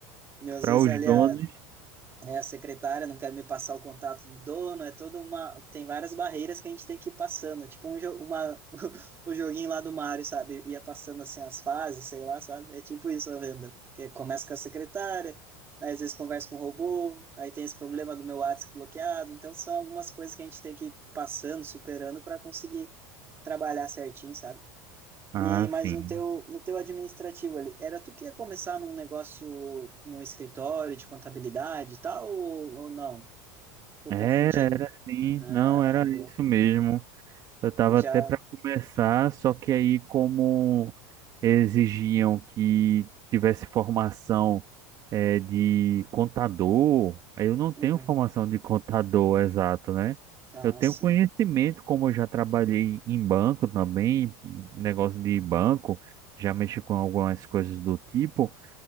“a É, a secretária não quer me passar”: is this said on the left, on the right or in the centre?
Right